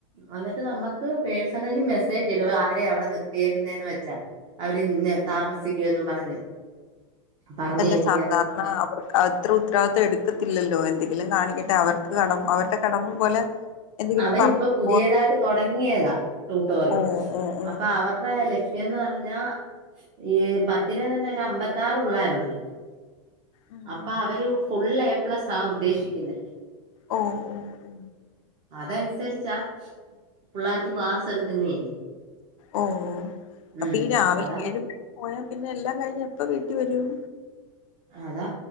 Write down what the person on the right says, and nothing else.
അന്നിട്ട് നമ്മുക്ക് പേഴ് സണലി മെസ്സേജ് ഇടും ആരേയാ അവിടെ നിർത്തിയേക്കുന്നെന്ന് വെച്ചാ അവര് താമസിക്കുവെന്നും പറഞ്ഞ് പറഞ്ഞ്
ഏൽപ്പിക്കാത്തോണ്ട്
അവിടെ
അവരിപ്പൊ
പുതിയതായിട്ട്
തുടങ്ങിയതാ ട്യൂട്ടോറി
അപ്പൊ അവരുടെ ലക്ഷ ന്ന് പറഞ്ഞാ ഈ പത്തിനെ തന്നെ അമ്പത്താറ് പുള്ളാരുണ്ട്
അപ്പൊ
അവര്
ഫുൾ ഫുള്ള് എ പ്ലസ് ആ ഉദ്ദേശിക്കുന്നേ
അതനുസരിച്ചാ പുള്ളാർക്ക് ക്ലാസ് എടുക്കുന്നേ
ഉം
അതാ
അതാ